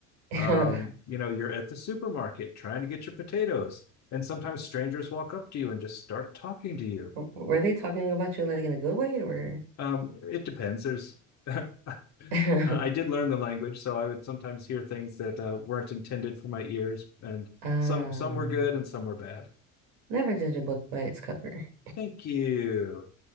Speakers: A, on the right (about 80°); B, on the left (about 45°).
A: <laughs>
B: um, you know, you're at the supermarket trying to get your potatoes, and sometimes strangers walk up to you and just start talking to you.
A: Were they talking about you like in a good way or?
B: Um, it depends. There's, <laughs> uh,
A: <laughs>
B: I did learn the language, so I would sometimes hear things that uh, weren't intended for my ears, and
A: Ah,
B: some some were good and some were bad.
A: never judge a book by its cover.
B: Thank you.